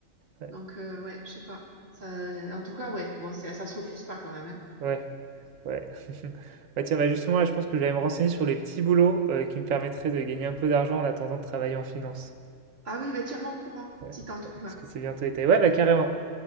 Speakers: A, on the right; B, on the right.
A: Ouais.
B: Donc, euh, ouais, je sais pas. Ça, en tout cas, ouais, bon, c'est- ça se refuse pas quand même, hein.
A: Ouais. Ouais. <laughs> Bah tiens, bah justement, là, je pense que je vais aller me renseigner sur les petits boulots euh, qui me permettraient de gagner un peu d'argent en attendant de travailler en finance.
B: Ah oui, bah tiens-moi au courant
A: Ouais.
B: si t'en trouves
A: ouais, Parce
B: un.
A: que c'est bientôt été. Ouais, bah carrément.